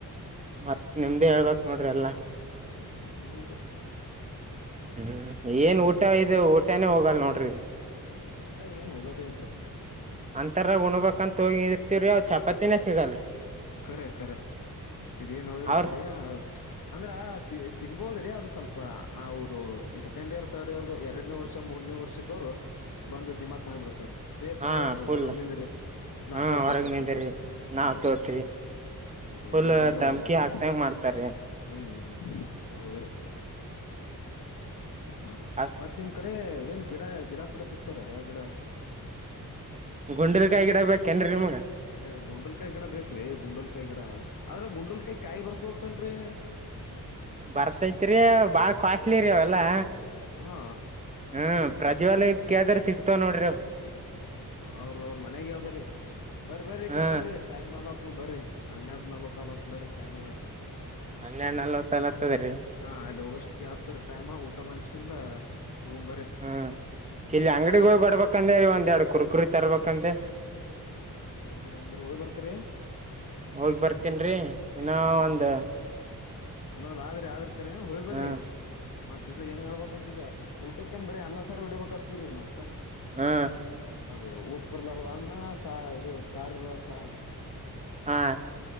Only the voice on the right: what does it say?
ಮತ್ ನಿಮ್ದೇ ಹೇಳ್ಬೇಕ್ ನೋಡ್ರಿ ಎಲ್ಲಾ.
ಹ್ಮ್ ಏನ್ ಊಟ ಇದು ಊಟಾನೇ ಹೋಗಲ್ ನೋಡ್ರಿ ಇದು.
ಅಂತರ ಉಣ್ಬಕಂತೋಗಿ ಇರ್ತಿವ್ರೀ ಅಲ್ ಚಪಾತಿನೇ ಸಿಗಲ್ಲ.
ಅವ್ರ
ಹಾ
ಫುಲ್
ಹಾ ಹೊರಗ್ ನಿಂದಿರಿ ನಾವ್
ತೋತಿವಿ
ಫುಲ್
ಧಮ್ಕಿ
ಹಾಕ್ತಂಗ ಮಾಡ್ತಾರ್ರಿ.
ಆಸ್
ಗುಂಡುಲ್ಕಾಯ್ ಗಿಡ ಬೇಕೇನ್ರಿ ನಿಮಗ.
ಬರ್ತೈತ್ರಿ ಬಾಳ ಕಾಸ್ಟ್ಲಿ ರೀ ಅವೆಲ್ಲಾ.
ಹ್ಮ ಪ್ರಜ್ವಾಲಯಕ್ಕೇಳ್ದ್ರ ಸಿಗ್ತಾವ ನೋಡ್ರಿ ಅವು.
ಹಾ
ಹನ್ನೆರಡ್ ನಲ್ವತ್ತಲಹತ್ತದೆ ರೀ.
ಹ್ಮ್ ಇಲ್ಲಿ ಅಂಗಡಿಗೋಬಡ್ಬೇಕಂದ ರೀ ಒಂದ್ ಎರಡು ಕುರ್ಕುರಿ ತರ್ಬೇಕಂದೆ.
ಹೋಗಿ ಬರ್ತೇನ್ ರೀ ಇನ್ನಾ ಒಂದ್
ಹ್ಮ್
ಹಾ.
ಹಾ